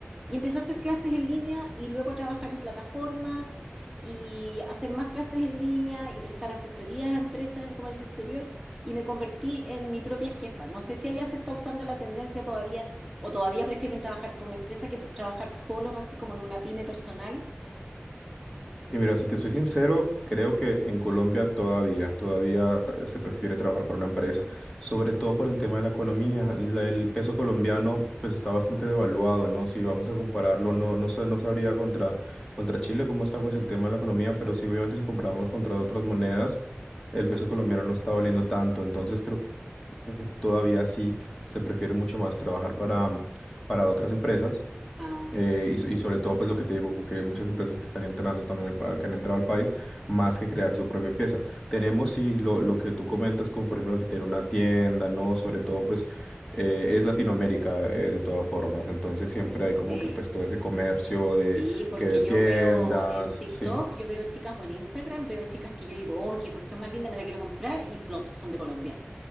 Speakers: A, in the centre; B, on the left.
A: Y empecé a hacer clases en línea y luego a trabajar en plataformas y hacer más clases en línea y prestar asesorías a empresas en comercio exterior y me convertí en mi propia jefa. No sé si allá se está usando la tendencia todavía o todavía prefieren trabajar por una empresa que trabajar solos así como en una pyme personal.
B: Y mira, si te soy sincero, creo que en Colombia todavía, todavía eh, se prefiere trabajar para una empresa, sobre todo por el tema de la economía. La- el peso colombiano pues está bastante devaluado, ¿no? Si vamos a compararlo, no, no, sa- no sabría contra, contra Chile cómo está pues el tema de la economía, pero sí obviamente si comparamos contra otras monedas, el peso colombiano no está valiendo tanto. Entonces creo que todavía sí se prefiere mucho más trabajar para, para otras empresas
A: Ah,
B: eh, y, so- y sobre todo, pues lo que te digo, como que muchas empresas que están entrando también, al pa- que han entrado al país, más que crear su propia empresa. Tenemos, sí, lo, lo que tú comentas, como por ejemplo, que tener una tienda, ¿no? Sobre todo, pues, eh, es Latinoamérica, eh, de todas formas. Entonces, siempre hay como
A: sí.
B: que, pues, todo ese comercio de,
A: Sí, porque
B: que de tiendas,
A: yo veo en TikTok,
B: ¿sí?
A: yo veo chicas o en Instagram, veo chicas que yo digo, oh, qué cuestión más linda, me la quiero comprar y plop, son de Colombia.